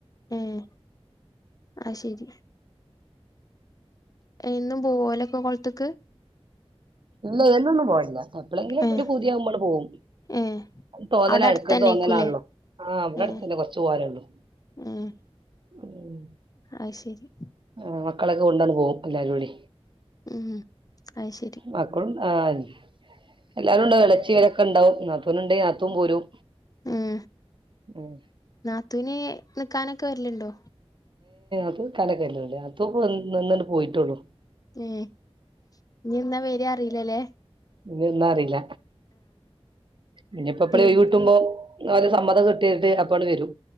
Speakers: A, on the left (about 35°); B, on the right (about 50°).
A: ഉം അത്ശെരി എന്നും പോവോ ഓലൊക്കെ പൊൾത്ത്ക്ക്
B: ഇല്ല എന്നൊന്നും പോവലില്ല എപ്ലെങ്കിലൊക്കെര്
A: ഏഹ്
B: പൂത്യാകുമ്പള് പോവും
A: ഏഹ്
B: തോന്നലാ
A: അവിടെ അടുത്തന്നേക്കൂലേ
B: എടക്കൊര് തോന്നലാണല്ലോ ആഹ് വടെ
A: ഏഹ്
B: അട്ത്തന്നെ കൊർച്ച് പോവാനൊള്ളു
A: ഏഹ്
B: ഉം
A: അത് ശെരി
B: ആഹ് മക്കളൊക്കെ കൊണ്ടാണ് പോവും എല്ലാരൂടി.
A: ഉം അത് ശെരി
B: മക്കളും ആഹ് എല്ലാരൂണ്ടാവും എളച്ചി ഓലൊ ക്കെണ്ടാവും നാത്തൂന് ണ്ടെങ്കി നാത്തും പോരും
A: ഉം
B: ഉം
A: നാത്തൂന് നിക്കാനൊക്കെ വെര്ല്ണ്ടോ
B: പ്പ ന്ക്കാനൊക്കെ വെര്ല്ണ്ട് നാത്തൂപ്പന്ന്ന്നണ് പോയി ട്ടൊള്ളൂ
A: ഏഹ് ഇഞ്ഞെന്നാ വെരാ അറീലലെ
B: ഇഞ്ഞെന്നാ അറീല ഇഞ്ഞി പ്പെ പ്ളേ
A: പിൻ
B: ഒഴ്വ് കിട്ട് മ്പോ ന്നഒരു സമ്മതം കിട്ടിയിട്ട് അപ്പണ്ട് വരും